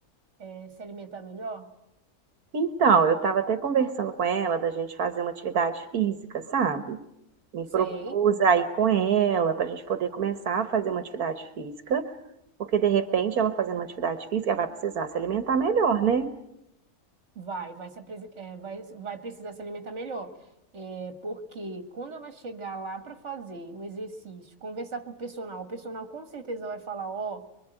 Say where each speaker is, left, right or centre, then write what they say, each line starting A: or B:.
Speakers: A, on the right; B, on the right.
A: é, se alimentar melhor?
B: Então, eu estava até conversando com ela da gente fazer uma atividade física, sabe? Me
A: Sei,
B: propus aí com ela para a gente poder começar a fazer uma atividade física, porque de repente ela fazendo uma atividade física ela vai precisar se alimentar melhor, né?
A: vai, vai se apresen- é, vai, vai precisar se alimentar melhor. É, porque quando ela chegar lá para fazer o exercício, conversar com o personal, o personal com certeza vai falar, ó.